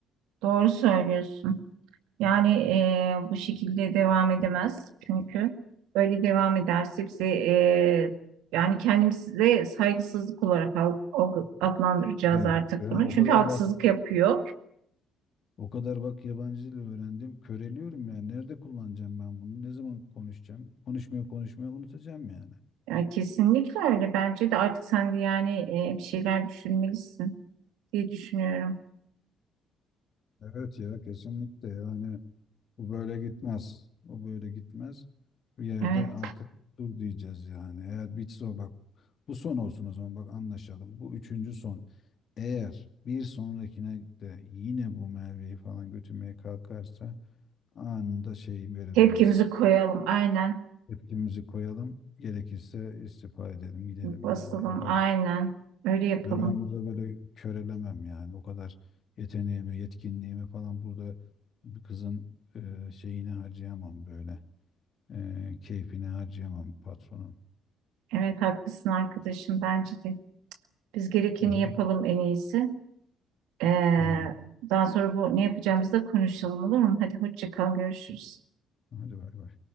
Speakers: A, on the right; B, on the left.
A: Doğru söylüyorsun. Yani e, bu şekilde devam edemez. Çünkü böyle devam ederse bize e, yani kendimize saygısızlık olarak al- o- adlandıracağız
B: Yani,
A: artık
B: ben
A: bunu.
B: o
A: Çünkü
B: kadar
A: haksızlık
B: bak
A: yapıyor.
B: o kadar bak yabancı dil öğrendim. Köreliyorum yani. Nerede kullanacağım ben bunu? Ne zaman konuşacağım? Konuşmaya konuşmaya unutacağım yani.
A: Yani kesinlikle öyle. Bence de artık sen de yani e, bir şeyler düşünmelisin diye düşünüyorum.
B: Evet ya kesinlikle yani Bu böyle gitmez. O böyle gitmez. Bir yerde
A: Evet.
B: artık dur diyeceğiz yani. Eğer bitse o bak bu son olsun o zaman bak anlaşalım. Bu üçüncü son. Eğer bir sonrakine de yine bu Merve'yi falan götürmeye kalkarsa anında şeyi verelim
A: Tepkimizi
B: biz.
A: koyalım. Aynen.
B: Tepkimizi koyalım. Gerekirse istifa edelim gidelim
A: Basalım.
B: yani. Yok artık.
A: Aynen. Öyle yapalım.
B: Yani ben burada böyle körelemem yani. O kadar yeteneğimi, yetkinliğimi falan burada bir kızın e, şeyini harcayamam böyle. Ee, keyfine harcayamam patronum.
A: Evet haklısın arkadaşım. Bence de. Biz gerekeni
B: Hı hı.
A: yapalım en iyisi. Ee,
B: Aynen.
A: daha sonra bu ne yapacağımızı da konuşalım olur mu? Hadi hoşça kal, görüşürüz.
B: Hadi bay bay.